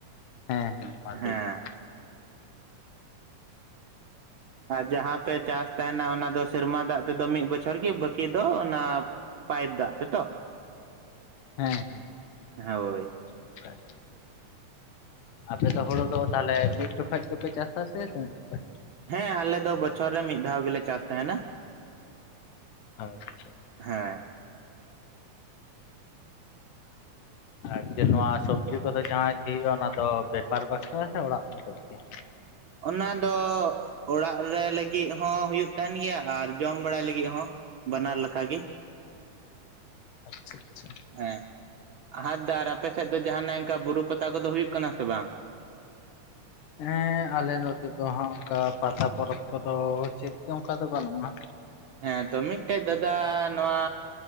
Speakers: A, on the left; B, on the right.
A: ᱦᱮᱸ ᱦᱮᱸ ᱢᱟᱴ
B: ᱦᱮᱸ
A: ᱨᱮ ᱾
B: ᱟᱨ ᱡᱟᱦᱟᱸ ᱯᱮ ᱪᱟᱥ ᱛᱟᱦᱮᱱᱟ ᱚᱱᱟ ᱫᱚ ᱥᱮᱨᱢᱟ ᱫᱟᱜ ᱛᱮᱫᱚ ᱢᱤᱫ ᱵᱚᱪᱷᱚᱨ ᱜᱮ ᱵᱟᱹᱠᱤ ᱫᱚ ᱚᱱᱟ ᱯᱟᱭᱤᱯ ᱫᱟᱜ ᱛᱮ ᱛᱚ ᱾
A: ᱦᱮᱸ ᱦᱮᱸ
B: ᱦᱳᱭ
A: ᱚᱱᱠᱟᱜᱮ ᱟᱯᱮ ᱫᱚ ᱦᱩᱲᱩ ᱫᱚ ᱛᱟᱦᱚᱞᱮ ᱢᱤᱫ ᱡᱚᱠᱚᱡ ᱜᱮᱯᱮ ᱪᱟᱥᱼᱟ ᱥᱮ ᱛᱤᱱᱟᱹᱜ ᱡᱚᱠᱚᱡ?
B: ᱦᱮᱸ ᱟᱞᱮ ᱫᱚ ᱵᱚᱪᱷᱚᱨ ᱨᱮ ᱢᱤᱫ ᱫᱷᱟᱣ ᱜᱮᱞᱮ ᱪᱟᱥ ᱛᱟᱦᱮᱱᱟ ᱾
A: ᱟᱪᱪᱷᱟ
B: ᱦᱮᱸ
A: ᱟᱨ ᱡᱮ ᱱᱚᱣᱟ ᱥᱚᱵᱡᱤ ᱠᱚᱫᱚ ᱡᱟᱦᱟᱸ ᱜᱮ ᱦᱩᱭᱩᱜᱼᱟ ᱚᱱᱟ ᱫᱚ ᱵᱮᱯᱟᱨ ᱵᱟᱠᱷᱨᱟ ᱥᱮ ᱚᱲᱟᱜ ᱢᱚᱛᱚᱡ ᱜᱮ
B: ᱚᱱᱟ ᱫᱚ ᱚᱲᱟᱜ ᱨᱮ ᱞᱟᱹᱜᱤᱫ ᱦᱚᱸ ᱦᱩᱭᱩᱜ ᱛᱟᱦᱮᱱ ᱜᱮᱭᱟ ᱟᱨ ᱡᱚᱢ ᱵᱟᱲᱟᱭ ᱞᱟᱹᱜᱤᱫ ᱦᱚᱸ ᱾ ᱵᱟᱱᱟᱨ ᱞᱮᱠᱟ ᱜᱮ,
A: ᱟᱪᱪᱷᱟ ᱟᱪᱪᱷᱟ
B: ᱦᱮᱸ ᱟᱨᱫᱟᱨ ᱟᱨ ᱟᱯᱮ ᱥᱮᱫ ᱫᱚ ᱡᱟᱦᱟᱜ ᱤᱱᱠᱟᱹ ᱵᱩᱨᱩ ᱯᱟᱛᱟ ᱠᱚᱫᱚ ᱦᱩᱭᱩᱜ ᱠᱟᱱᱟ ᱥᱮ ᱵᱟᱝ?
A: ᱦᱮᱸ ᱟᱞᱮ ᱱᱚᱛᱮ ᱫᱚ ᱦᱟᱸᱜ ᱚᱱᱠᱟ ᱯᱟᱛᱟ ᱯᱚᱨᱚᱵᱽ ᱠᱚᱫᱚ ᱪᱮᱫ ᱜᱮ ᱚᱱᱠᱟ ᱫᱚ ᱵᱟᱹᱱᱩᱜᱼᱟ ᱾
B: ᱦᱮᱸ ᱫᱚ ᱫᱚᱢᱮᱡ ᱛᱮ ᱫᱟᱫᱟ ᱱᱚᱣᱟ